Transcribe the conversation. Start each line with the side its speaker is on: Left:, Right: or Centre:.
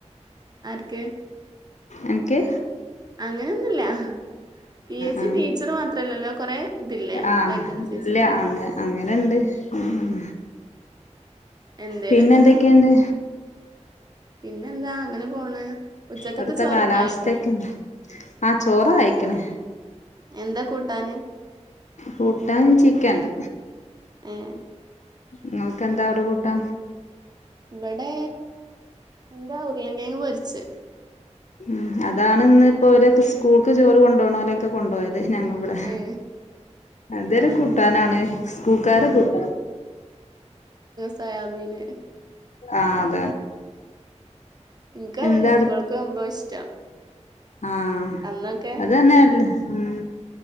Right: ആർക്ക്
Left: അൻക്ക്
Right: അങ്ങനെയൊന്നുല്ല പി. എസ്. സി
Left: ആ
Right: ടീച്ചർ മാത്രല്ലല്ലോ കൊറേ ഇതില്ലേ
Left: ആ
Right: വേക്കൻസീസില്
Left: ഇല്ല അങ്ങ അങ്ങനെണ്ട് ഉം
Right: എന്തേലൊക്കെന്ന്
Left: പിന്നെന്തൊക്കെണ്ട്?
Right: പിന്നെന്താ അങ്ങനെ പോണ് ഉച്ചക്കത്തെ
Left: അവിടുത്തെ
Right: ചോറൊക്കെ
Left: കാലാവസ്ഥക്കെ
Right: ആയോ
Left: <unintelligible> ആഹ് ചോറായിക്കണ്
Right: എന്താ കൂട്ടാന്
Left: കൂട്ടാൻ ചിക്കൻണ്ട്
Right: ഏഹ്
Left: ങ്ങൾക്ക് എന്താ അവിടെ കൂട്ടാ
Right: ഇവിടെ എന്താ ഉ ര്ളങ്കെഴങ്ങ് പൊരിച്ച്
Left: ഉം അതാണ് ഇന്ന് ഇപ്പോ ഇവരൊക്കെ സ്കൂൾക്ക് ചോറ് കൊണ്ടുപോണൊലൊക്കെ കൊണ്ടോയത് തെ ഞങ്ങ ഇവിടെ
Right: ഏ
Left: അതൊരു
Right: ആ
Left: കൂട്ടാനാണ് കൂക്കാര കൂട്ടാ
Right: സൊയാ ബീന്
Left: ആഹ്
Right: എനിക്കതെന്നെ
Left: എന്താ
Right: സ്കൂൾക്ക് പോകുമ്പോ ഇഷ്ടം
Left: ആഹ്
Right: അന്നൊക്കെ
Left: അതന്നെയല്ലേ ഉം